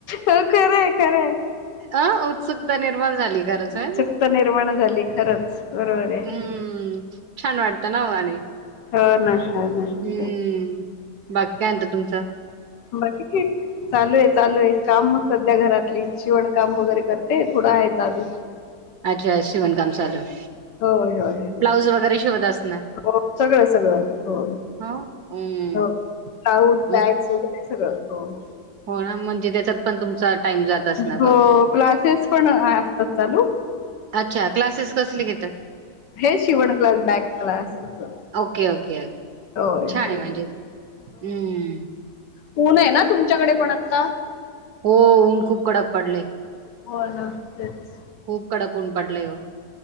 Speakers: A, on the left; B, on the right.
A: हो खरंय खरंय
B: अ उत्सुकता निर्भर झाली गरज
A: उत्सुकता
B: आहे
A: निर्माण झाली खरच बरोबर आहे
B: हम्म. छान वाटतं ना ओ आणि
A: हो ना हो ना
B: हम्म
A: तेच.
B: बाकी कायत तुमचा
A: बट क चालू आहे चालू आहे काम मग सध्या घरातली शिवणकाम वगैरे करते थोडं आहे चालू
B: अच्छा शिवणकाम चालू
A: होय होय होय
B: ब्लाऊज वगैरे शिवत असणार?
A: हो सगळं सगळं हो
B: हो. हम्म.
A: हो होऊट
B: मग
A: बॅग्स वगैरे सगळं हो हो
B: हो ना म्हणजे त्याच्यात पण तुमचा टाइम जात असणार
A: हो
B: भरपूर.
A: क्लासेस पण असतात चालू
B: अच्छा क्लासेस कसले घेतात
A: हे शिवण क्लास बॅक क्लासय
B: ओके, ओके, ओके.
A: होय
B: छान
A: होय
B: आहे म्हणजे ते. हम्म
A: होऊन आहे ना तुमच्याकडे पण आता
B: हो ऊन खूप कडक पडले
A: हो ना तेच
B: खूप कडकून पडलेय हो